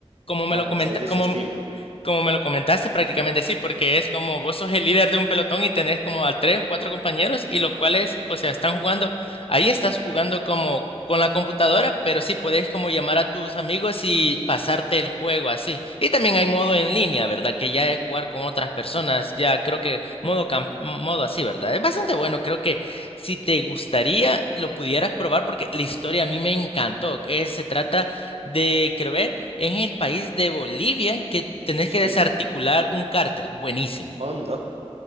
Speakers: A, on the left; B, on the right.
A: como
B: Ah,
A: me lo
B: o
A: comenta,
B: sea, es de ese estilo, ¿no?
A: Como me lo comentaste, prácticamente sí, porque es como vos sos el líder de un pelotón y tenés como a tres, cuatro compañeros y los cuales, o sea, están jugando, ahí estás jugando como con la computadora, pero sí podés como llamar a tus amigos y pasarte el juego así. Y también hay modo en línea, ¿verdad? Que ya es jugar con otras personas, ya creo que modo
B: Ujú.
A: camp- modo así, ¿verdad? Es bastante bueno, creo que si te gustaría lo pudieras probar porque la historia a mí me encantó. Eh, se trata de, creo, en el país de Bolivia que tenés
B: Sí.
A: que desarticular un cártel. Buenísimo.
B: Anda. O